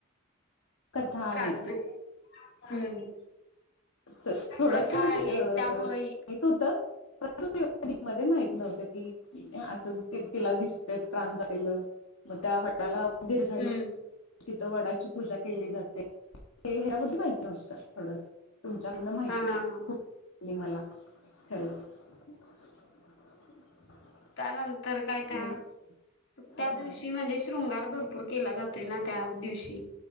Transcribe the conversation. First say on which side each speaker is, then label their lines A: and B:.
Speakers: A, on the left; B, on the left.
A: कथा आहे
B: कारण
A: ती.
B: हम्म
A: तसं थोडस
B: कथा
A: म्हणजे
B: आहेत
A: अ
B: त्यामुळे
A: अ होतं <unintelligible> डीपमधेमाहित न्हवतं की असं <inaudible> तें तिला दिसते प्राण जायलं मग त्या वटाला दीर्घ
B: हम्म
A: आयु तिथं वडाची पूजा केली जाते, ते हिलाप माहित नव्हत थोडसं तुमच्याकडनं माहिती
B: हा हा हा
A: खूप ली मला, खरंच <inaudible>
B: त्यानंतर काय त्या,
A: आणि हा
B: त्या दिवशी मंजिश शृंगार भरपूर केला जातोय ना त्या दिवशी?